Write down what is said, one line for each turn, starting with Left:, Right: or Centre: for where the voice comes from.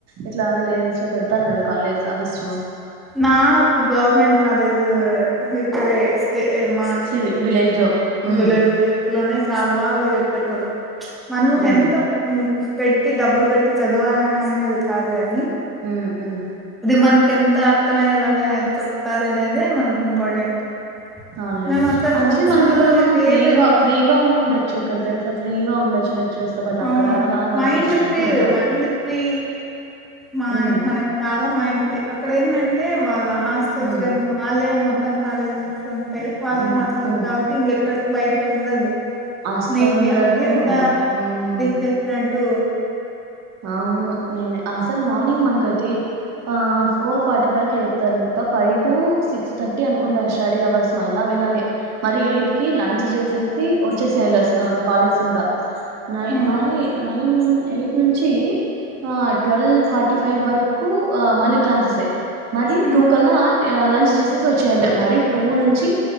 Right: ఇట్లా విలేజెస్ లో పెడతారు కదా కాలేజ్ అవి అమ
Centre: నాకు గవర్మెంట్ కాలేజ్ ఇక్కడేస్ మా
Right: సి విలేజ్ లో ఉమ్
Centre: విలేజెలోనే చాలా బాగా చెప్పేటోళ్లు మనము
Right: ఉమ్
Centre: ఎంత పెట్టి డబ్బులు పెట్టి చదవం అనేది కాదు గాని
Right: మ్ మ్
Centre: మనకి ఎంత అర్థమయ్యేలాగా చెప్తారు అనేద మనకి ఇంపార్టెంట్
Right: అవునులేండి
Centre: మేము అసలు
Right: యాక్చువలీ
Centre: బుక్స్
Right: మనకి ఇక్కడ మనం
Centre: ఇవేమి
Right: ఫ్రీగా ఫ్రీగా ఉండొచ్చు ఇక్కడ తెలుసా ఫ్రీగా ఉండొచ్చు లెక్చరర్స్ తో బట్ అక్కడ
Centre: అవును
Right: అలా కాదు వాళ్ళు
Centre: మైండ్
Right: కొంచెం స్ట్రిక్ట్
Centre: ఫ్రీ
Right: ఉంటారు
Centre: మనకింకా ఫ్రీ మా
Right: హ్మ్
Centre: మనకి చాలా మైండ్ ఫ్రీ అక్కడ అంటే వాళ్ళ హాస్టల్స్
Right: హ్మ్
Centre: కాని వాళ్ళే మొత్తం కాలేజీ ఇస్తుంది వాళ్ళ
Right: హ్మ్
Centre: హాస్టల్
Right: హ్మ్
Centre: కాబట్టి ఇంకెక్కడికి బయటకి ఉండదు
Right: అస్సలు
Centre: నీకు
Right: ఉండదు
Centre: ఎంత
Right: హ్మ్
Centre: చేసినట్టు
Right: అవును నేను అసలు మార్నింగ్ మనకైతే ఫోర్ ఫార్టీ ఫైవ్ క లేపుతారు ఇ ఫైవ్ టు సిక్స్ థర్టీ అనుకుంటారు స్టడీ అవర్స్ మళ్ళా వెళ్ళాలి మరి ఎయిట్ కి లంచ్ చేసేసి వచ్చేసేయళ కాలేజ్ ఇంకా నైన్
Centre: ఉమ్,
Right: మరి నైన్ నుంచి ఎయిట్ నుంచి ఆ ట్వెల్వ్ ఫార్టీ ఫైవ్ వరకు మళ్ళీ క్లాసెస్ే మరి
Centre: ఉమ్,
Right: టూ కల్లా లంచ్ చేసేసి వచ్చేయలే మరి టూ నుంచి